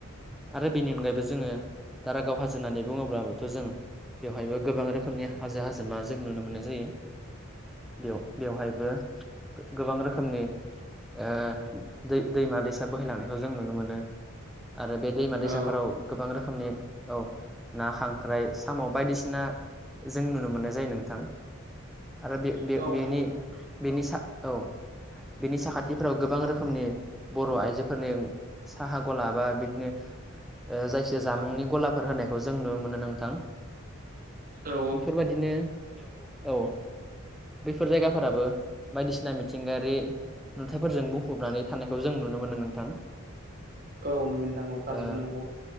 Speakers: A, in the centre; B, on the right.
A: आरो बेनि अनगायैबो जोङो दारागाव हाजो होननानै बुङोब्लाबोथ' जों बेवहायबो गोबां रोखोमनि हाजो-हाजोमा जों नुनो मोननाय जायो। बेयाव बेवहायबो गोबां रोखोमनि ओ दै-दैमा-दैसा बोहैलांनायखौ जों नुनो मोनो। आरो बे दैमा दैसाफोराव
B: औ
A: गोबां रोखोमनि औ ना, खांख्राइ, साम' बायदिसिना जों नुनो मोननाय जायो नोंथां। आरो बे-बे-बेनि
B: औ औ नंगौ नोंथां
A: बेनि सा औ बिनि साखाथिफ्राव गोबां रोखोमनि बर' आइजोफोरनि साहा ग'ला बा बिदिनो ओ जायखि जाया जामुंनि गलाफोर होनायखौ जों नुनो मोनो नोंथां।
B: औ
A: बेफोरबायदिनो औ बेफोर जायगाफोराबो बायदिसिना मिथिंगायारि नुथायफोरजों बुंफबनानै थानायखौ जों नुनो मोनो नोंथां।
B: औ नंगौ थारैनो
A: ओ
B: नंगौ।